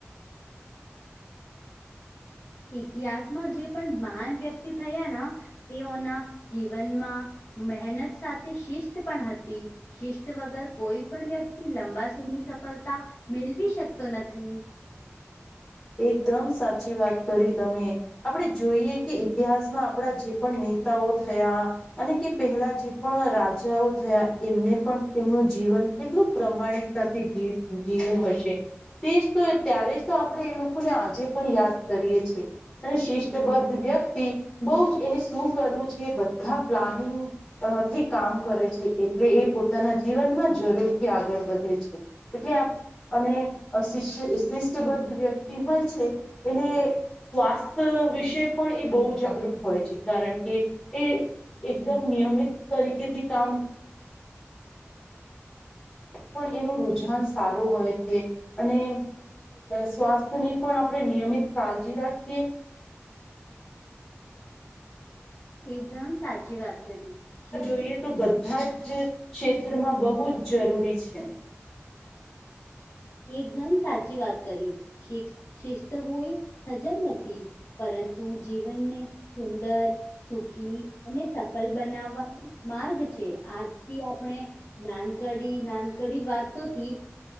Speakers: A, on the left (about 60°); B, on the left (about 30°).
A: ઇતિહાસમાં જે પણ મહાન વ્યક્તિ થયા- - તેઓના જીવનમાં મહેનત સાથે શિસ્ત પણ હતી. શિસ્ત વગર કોઈ પણ વ્યક્તિ લંબા સમી સફળતા મેળવી શકતો નથી.
B: એકદમ સાચી વાત કરી તમે. આપણે જોઈએ કે ઇતિહાસમાં આપણા જે પણ નેતાઓ થયા- - અને કે પહેલા જે પણ રાજાઓ થયા એમને પણ એમનું જીવન- - કેટલું પ્રમાણિકતાથી જી જીવ્યું હશે તેજ તો ત્યારે જ તો આપણે એ લોકો- - લોકોને આજે પણ યાદ કરીએ છે. અને શિષ્ટબદ્ધ વ્યક્તિ બહજ એને શું કરવું છે બધા પ્લાનિંગ અ થી કામ કરે છે એટલે એ પોતાના જીવનમાં જરૂરથી આગળ વધે છે. એટલે અને શિષ્ય શિષ્ટબદ્ધ વ્યક્તિ હોય છે એને- - સ્વાસ્થ્ય વિશે પણ એ બહુ જાગૃત હોય છે કારણ કે એ- - એકદમ નિયમિત તરીકેથી કામ- - પણ એનું રુજાન સારું હોય છે- - અને સ્વાસ્થ્યની પણ આપણે નિયમિત કાળજી રાખીએ- -
A: એકદમ સાચી વાત કરી. શિસ્ત
B: જોઈએ તો બધા જ ક્ષેત્રમાં બહુ જ જરૂરી છે.
A: એકદમ સાચી વાત કરી શિક- - શિસ્ત હોય સજા નથી પરંતુ જીવનને સુંદર- - સુખી અને સફલ બનાવવાનો માર્ગ છે આજથી આપણે- - નાનકડી નાનકડી વાત તો થી- -